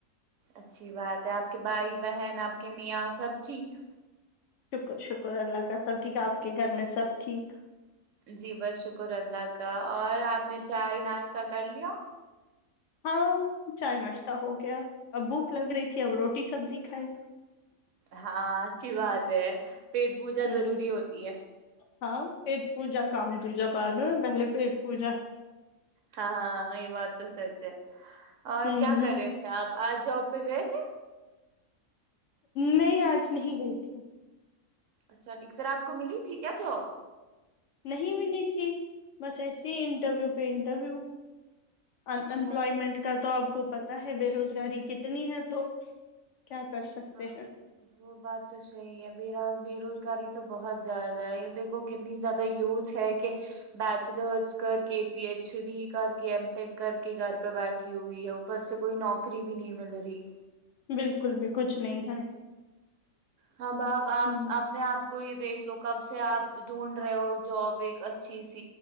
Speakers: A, on the right (about 65°); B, on the left (about 65°).
A: اچھی بات ہے آپ کے بھائی بہن آپ کے میاں سب ٹھیک
B: شکر شکر اللہ کا سب ٹھیک آپ کے گھر میں سب ٹھیک
A: جی بس شکر اللہ کا اور آپ نے چائے ناشتہ کر لیا
B: ہاں چائے ناشتہ ہو گیا اب بھوک لگ رہی تھی اب روٹی سبزی کھائی
A: ہاں اچھی بات ہے پیٹ پوجا
B: ہوں
A: ضروری ہوتی ہے
B: ہاں پیٹ پوجا کام دیجا بعد میں پہلے پیٹ پوجا
A: ہاں ہاں یہ بات تو سچ ہے اور
B: ہوں
A: کیا کر رہے تھے آپ آج جاب پہ گئے تھے
B: نہیں آج نہیں گئی تھی
A: اچھا ٹھیک سر آپ کو ملی تھی کیا جاب
B: نہیں ملی تھی بس ایسی انٹرویو پہ انٹرویو ان
A: اچھا
B: امپلائمنٹ
A: ٹھیک
B: کا تو آپ کو پتا ہے بے روزگاری کتنی ہے تو کیا کر سکتے
A: ہاں
B: ہیں
A: وہ بات تو صحیح ہے با بے روزگاری تو بہت زیادہ ہے یہ دیک کتنی زیادہ یوتھ ہے کہ بیچلرس کر کے پی ایچ ڈی کر کے کر کے گھر پہ بیٹھی ہوئی ہے اوپر سے کوئی نوکری بھی نہیں مل رہی
B: بالکل بھی کچھ نہیں ہے
A: ہاں بپ آپ
B: ہوں
A: آپ نے آپ کوئی دیکھ لو کب سے آپ ڈھونڈ رہے ہو جاب اچھی س